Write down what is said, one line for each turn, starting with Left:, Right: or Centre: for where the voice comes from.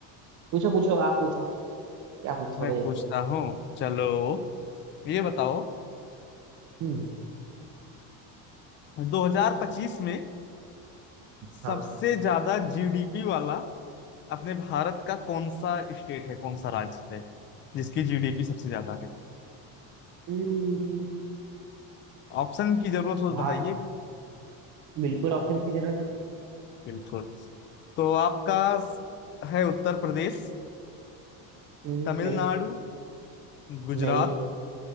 Right: पूछो पूछो आप पूछो क्या पूछोगे
Left: मैं
Right: देखते
Left: पूछता
Right: हैं।
Left: हूँ चलो ये बताओ
Right: हम्म
Left: 2025 में सबसे
Right: हाँ
Left: ज्यादा जीडीपी वाला अपने भारत का कौन सा स्टेट है कौन सा राज्य है जिसकी जीडीपी सबसे ज्यादा है
Right: हम्म
Left: ऑप्शन की जरूरत हो तो
Right: भार
Left: बताइएगा
Right: बिल्कुल ऑप्शन की जरूरत है
Left: बिल्कुल तो आपका है उत्तर प्रदेश
Right: हम्म
Left: तमिलनाडु
Right: नहीं
Left: गुजरात
Right: नहीं